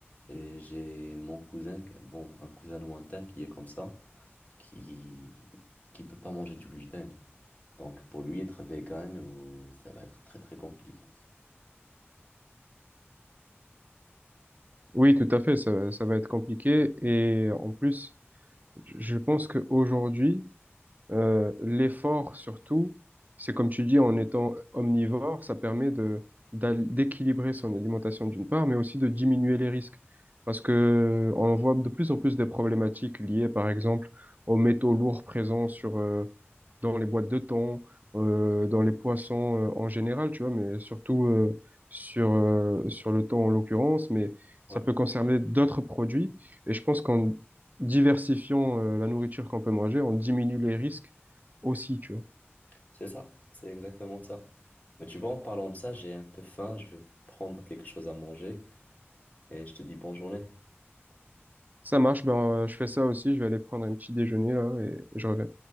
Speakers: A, on the left; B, on the right.
A: et j'ai mon cousin, que- bon, un cousin lointain qui est comme ça, qui, qui peut pas manger du gluten. Donc pour lui, être vegan, ou ça va être très très compliqué.
B: Oui, tout à fait, ça, ça va être compliqué. Et en plus, je pense qu'aujourd'hui, Euh, l'effort surtout, c'est comme tu dis, en étant omnivore, ça permet de d'al- d'équilibrer son alimentation d'une part, mais aussi de diminuer les risques. Parce que on voit de plus en plus des problématiques liées, par exemple, aux métaux lourds présents sur euh, dans les boîtes de thon, euh, dans les poissons euh, en général, tu vois, mais surtout euh, sur euh, sur le thon en l'occurrence, mais
A: Ouais,
B: ça peut concerner d'autres produits. Et je pense qu'en diversifions euh, la nourriture qu'on peut manger, on diminue les risques aussi, tu vois.
A: c'est ça, c'est exactement ça. Mais tu vois, en parlant de ça, j'ai un peu faim, je vais prendre quelque chose à manger et je te dis bonne journée.
B: Ça marche, ben, euh, je fais ça aussi, je vais aller prendre un petit déjeuner là et je reviens.